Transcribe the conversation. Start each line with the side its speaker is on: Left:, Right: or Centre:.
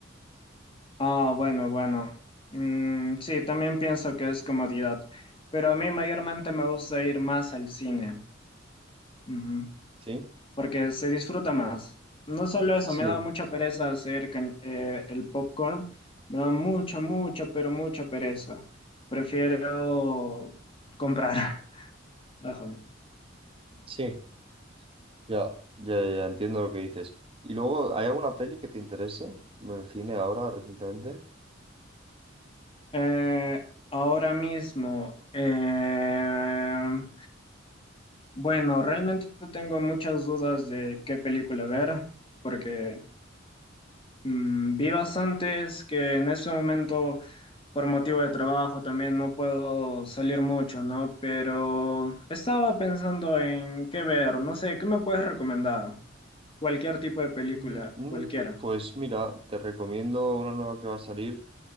Left: Ah, bueno, bueno. Mm, sí, también pienso que es comodidad, pero a mí mayormente me gusta ir más al cine, ujú,
Right: Sí,
Left: porque se disfruta más. No solo eso,
Right: sí,
Left: me da mucha pereza hacer can- eh, el popcorn, me da mucha, mucha, pero mucha pereza. Prefiero comprar. <laughs> Ajá.
Right: sí. Ya, ya, ya entiendo lo que dices. ¿Y luego hay alguna peli que te interese en el cine ahora recientemente?
Left: Eh, ahora mismo, eh, bueno, realmente tengo muchas dudas de qué película ver, porque mm, vi bastantes que en ese momento, por motivo de trabajo, también no puedo salir mucho, ¿no? Pero estaba pensando en qué ver, no sé, ¿qué me puedes recomendar? Cualquier tipo de película,
Right: Mm, mm,
Left: cualquiera.
Right: Pues mira, te recomiendo una nueva que va a salir